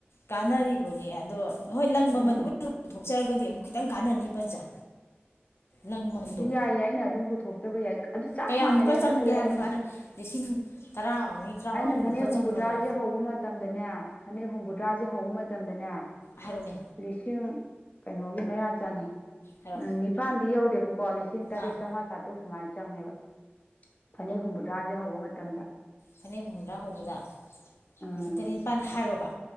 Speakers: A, on the left (about 75°); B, on the left (about 35°).
A: ꯀꯥꯟꯅꯔꯤꯕꯅꯦ ꯑꯗꯣ ꯍꯣꯏ ꯅꯪ
B: ꯀꯥꯟꯅꯩꯅꯤ
A: ꯃꯃꯜꯗꯨꯕꯨ ꯄꯨꯊꯣꯛ ꯍꯥꯞꯆꯔꯒꯗꯤ ꯑꯃꯨꯛ ꯈꯤꯇꯪ ꯀꯥꯟꯅꯅꯤ ꯄꯖꯥ ꯂꯪ ꯃꯟꯗꯣ
B: ꯌꯥꯏꯌꯦ ꯑꯩꯅ ꯑꯗꯨꯝ ꯄꯨꯊꯣꯛꯆꯕ ꯌꯥꯏ ꯑꯗꯨ ꯆꯞ
A: ꯀꯌꯥꯃꯨꯛꯀ
B: ꯃꯥꯟꯅꯩꯌꯦꯅ
A: ꯆꯪꯒꯦ
B: ꯈꯜꯂꯦ
A: ꯍꯥꯏꯕꯅꯣ
B: ꯑꯩꯅ
A: ꯃꯥꯅ ꯂꯤꯁꯤꯡ ꯇꯔꯥꯃꯔꯤ ꯇꯔꯥꯃꯉꯥ
B: ꯑꯩꯅ
A: ꯀꯨꯟꯃꯨꯛꯀ
B: ꯐꯅꯦꯛ ꯍꯨꯝꯕꯨꯗ꯭ꯔꯥꯁꯦ
A: ꯆꯪꯕ꯭ꯔꯕ
B: ꯍꯧꯕ ꯃꯇꯝꯗꯅꯦ ꯐꯅꯦꯛ ꯍꯨꯝꯐꯨꯇꯔꯥꯁꯦ ꯍꯧꯕ ꯃꯇꯝꯗꯅꯦ
A: ꯍꯥꯏꯔꯣꯅꯦ
B: ꯂꯤꯁꯤꯡ ꯀꯩꯅꯣꯒꯤ ꯃꯌꯥ ꯆꯪꯉꯦ
A: ꯍꯥꯏꯔꯣ
B: ꯎ ꯅꯤꯄꯥꯜꯗꯤ ꯌꯧꯗꯦꯕꯀꯣ ꯂꯤꯁꯤꯡ ꯇꯔꯦꯠ
A: ꯑꯥ
B: ꯆꯥꯝꯃꯉꯥ ꯆꯥꯇ꯭ꯔꯨꯛ ꯁꯨ ꯨꯃꯥꯏ ꯆꯪꯉꯦꯕ ꯐꯅꯦꯛ ꯍꯨꯝꯐꯨꯇꯔꯥꯁꯦ ꯍꯧꯕ ꯃꯇꯝꯗ
A: ꯐꯅꯦꯛ ꯍꯨꯝꯗ꯭ꯔꯥ ꯍꯧꯕꯗ
B: ꯎꯝ
A: ꯂꯤꯁꯤꯡ ꯇꯔꯦꯠ ꯅꯤꯄꯥꯜ ꯍꯥꯏꯔꯣꯕ